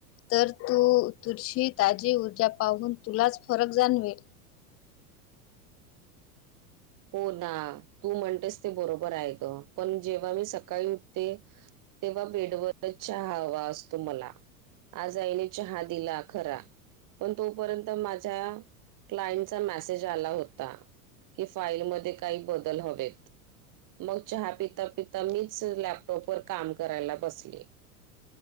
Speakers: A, on the left; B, on the right.
A: तर तू तुझी ताजी ऊर्जा पाहून तुलाच फरक जाणवेल
B: हो ना तू म्हणतेस ते बरोबर आहे ग पण जेव्हा मी सकाळी उठते तेव्हा बेडवरच चहा हवा असतो मला आज आईने चहा दिला खरा पण तोपर्यंत माझ्या क्लाइंटचा मेसेज आला होता फाईल मध्ये काही बदल हवेत मग चहा पिता पिता मीच लॅपटॉपवर काम करायला बसले